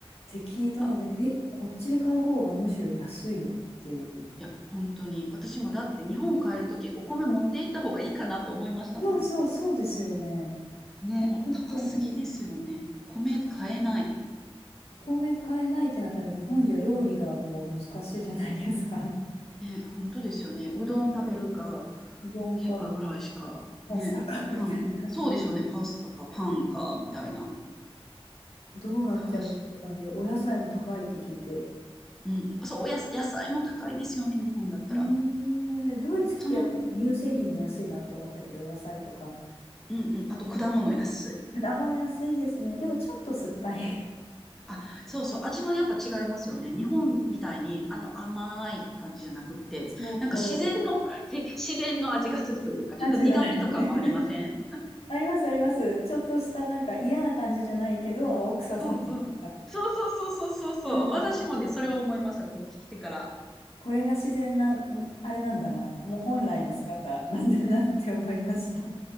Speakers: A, on the left; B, in the centre.
A: て聞いたので、
B: か
A: え、こっちで買う方がむしろ安いよっていう。
B: いや、本当に。私もだって日本帰るときお米持って行った方がいいかなって思いましたもん。
A: そうそう、そうですよね。
B: ね、
A: 本当に。
B: 高すぎですよね。米買えない。
A: 高すぎるお米買えないってなったら日本じゃ料理がもう難しいじゃないですか。
B: ね、本当ですよね。うどん食べるか、
A: ねうどんか
B: しかぐらいしか。
A: パスタか
B: ね、パン。
A: <laughs> みたいな。
B: そうでしょうね。パスタかパンか、みたいな。
A: どうなっちゃうのって感じで、
B: 確か
A: お野菜も高いって聞いて。
B: うん。そう、おやす、野菜も高いですよね。日本だったら。
A: えー、ドイツ来てやっぱり乳製品も安いなって思ったけど、
B: その、
A: お野菜とか。
B: うんうん。あと果物安い。
A: 果物安いですね。でもちょっと酸っぱい。
B: あ、そうそう、味はやっぱ違いますよね。日本みたいに、あの甘い感じじゃなくって、
A: そうそう。
B: なんか自然の、<laughs> じ自然の味がするというか、ちょっと苦味とかもありません
A: ナチュラルで。<laughs> ありますあります。ちょっとしたなんか嫌な感じじゃないけど、青臭さっていうか。
B: うんうん。そうそうそうそうそうそう。
A: なんか、
B: 私もね、それは思いました。こっち来てから。
A: これが自然な、んあれなんだな、もう本来の姿なんだなって思いました。
B: うん。